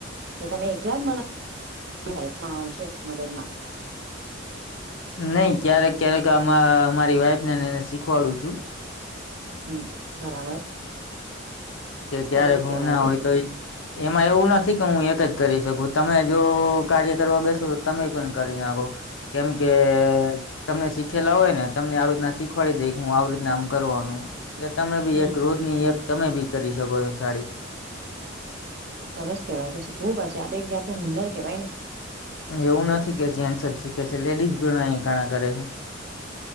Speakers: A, on the right (about 55°); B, on the left (about 75°).
A: તો તમે એકલા જ બના હેલ્પમાં હોય છે મદદ માં?
B: નઈ ક્યારેક ક્યારેક આમાં મારી વાઈફને એને શીખવાડું છું.
A: હમ્મ, બરાબર.
B: કે જ્યારેક
A: સારું કેવાય
B: હું ના હોય તો ઈ એમાં એવું નથી કે હું એક જ કરી શકું તમે જો કાર્ય કરવા બેસો તો તમે પણ કરી નાખો. કેમ કે તમે શીખેલા હોય ને તમને આવી રીતના શીખવાડી દેઈ કે હું આવી રીતના આમ કરવાનું એટલે તમે બી
A: હમ
B: એક રોજની એક તમે બી કરી શકો છો સાડી
A: સરસ કેહવાય તો શીખવું પડશે આ તો એક જાતું હુનર કેહેવાય ને
B: એવું નથી કે જેન્ટસ જ શીખે છે લેડીઝ ભી અહી ઘણા કરે છે.